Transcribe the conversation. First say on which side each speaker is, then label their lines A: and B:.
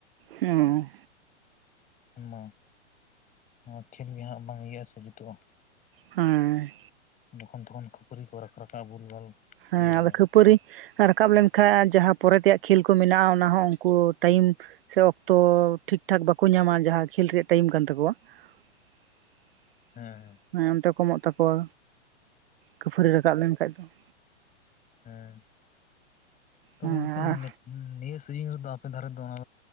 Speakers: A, on the right; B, on the left.
A: ᱦᱩᱸ,
B: ᱢᱟ ᱱᱚᱣᱟ ᱠᱷᱮᱞ ᱜᱮ ᱦᱟᱸᱜ ᱵᱟᱝ, ᱤᱭᱟᱹᱼ ᱟ ᱥᱮ, ᱡᱩᱛᱩᱜᱼᱟ᱾
A: ᱦᱮᱸ,
B: ᱡᱚᱠᱷᱚᱱ ᱛᱚᱠᱷᱚᱱ ᱠᱷᱟᱹᱯᱟᱹᱨᱤ ᱠᱚ, ᱨᱟᱠᱟᱵᱼᱟ ᱵᱷᱩᱞ ᱵᱷᱟᱞ᱾
A: ᱦᱮᱸ
B: ᱤᱭᱟᱹ ᱢᱟᱱᱮ
A: ᱟᱫᱚ ᱠᱷᱟᱹᱯ ᱯᱩᱨᱤ ᱨᱟᱠᱟᱵ ᱞᱮᱱᱠᱷᱟᱱ ᱡᱟᱦᱟᱸ ᱯᱚᱨᱮ ᱛᱮᱭᱟᱜ ᱠᱷᱮᱞ ᱠᱚ ᱢᱮᱱᱟᱜ-ᱟ ᱚᱱᱟ ᱦᱚᱸ ᱩᱱᱠᱩ ᱴᱟᱭᱤᱢ ᱥᱮ ᱚᱠᱛᱚ ᱴᱷᱤᱠᱴᱷᱟᱠ ᱵᱟᱠᱚ ᱧᱟᱢᱟ ᱡᱟᱦᱟᱸ ᱠᱷᱮᱞ ᱨᱮᱭᱟᱜ ᱴᱟᱭᱤᱢ ᱠᱟᱱ ᱛᱟᱠᱚᱣᱟ ᱾ <inaudible>
B: ᱦᱮᱸ ᱦᱮᱸ ᱾
A: ᱦᱮᱸ ᱚᱱᱛᱮ ᱠᱚᱢᱚᱜ ᱛᱟᱠᱚᱣᱟ ᱠᱷᱟᱹᱯᱟᱹᱨᱤ ᱨᱟᱠᱟᱵ ᱞᱮᱱᱠᱷᱟᱡ ᱫᱚ ᱾
B: ᱦᱩᱸ <inaudible> ᱛᱚ
A: ᱦᱮᱸ
B: ᱩᱱᱠᱤᱱ <inaudible> ᱱᱤᱭᱟᱹ ᱥᱩᱡᱤᱱ ᱨᱮᱫᱚ ᱟᱯᱮ ᱫᱷᱟᱨᱮ ᱫᱚ ᱚᱱᱟ